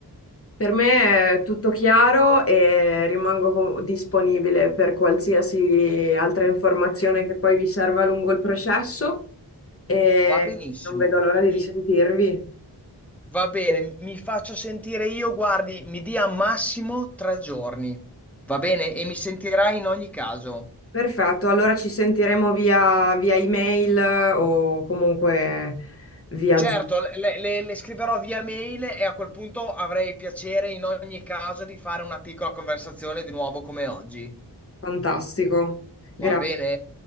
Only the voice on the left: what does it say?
Per me è tutto chiaro e rimango co- disponibile per qualsiasi altra informazione che poi vi serva lungo il processo e
non vedo l'ora di
risentirvi.
Perfetto, allora ci sentiremo via, via email o comunque via
Zoom.
Fantastico. Grazie,